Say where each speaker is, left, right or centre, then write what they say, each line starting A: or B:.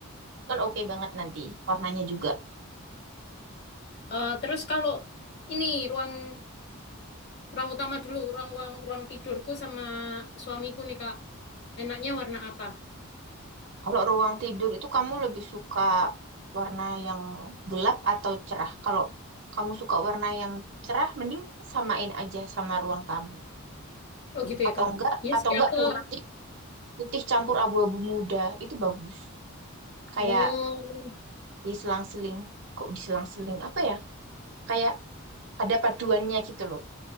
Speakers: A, on the right; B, on the left.
A: kan oke banget nanti warnanya juga.
B: Eh, terus kalau ini ruang ruang utama dulu, ruang ruang ruang tidurku sama suamiku nih, Kak. Enaknya warna apa?
A: Kalau ruang tidur itu kamu lebih suka warna yang gelap atau cerah? Kalau kamu suka warna yang cerah, mending samain aja sama ruang tamu.
B: Oh, gitu ya,
A: Atau
B: Kak.
A: enggak,
B: Yes,
A: atau
B: ya,
A: enggak
B: Kak.
A: putih, putih campur abu-abu muda itu bagus. Kayak
B: Oh.
A: diselang-seling, kok diselang-seling apa ya? Kayak ada paduannya gitu loh.